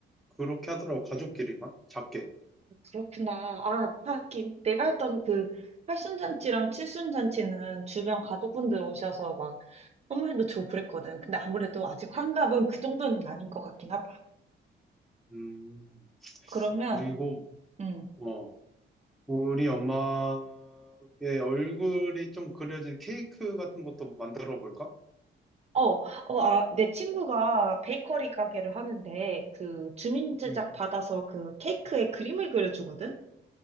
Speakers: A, in the centre; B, on the right.
A: 그렇게 하더라고, 가족끼리만? 작게.
B: 그렇구나. 아, 하긴. 내가 했던 그 팔순잔치랑 칠순잔치는 주변 가족분들 오셔서 막 선물도 주고 그랬거든. 근데 아무래도 아직 환갑은 그 정도는 아닌 것 같긴 하다.
A: 음,
B: 그러면,
A: 그리고,
B: 음.
A: 어, 우리 엄마의 얼굴이 좀 그려진 케이크 같은 것도 만들어 볼까?
B: 어, 어, 아, 내 친구가 베이커리 가게를 하는데 그 주민 제작
A: 음.
B: 받아서 그 케이크에 그림을 그려주거든?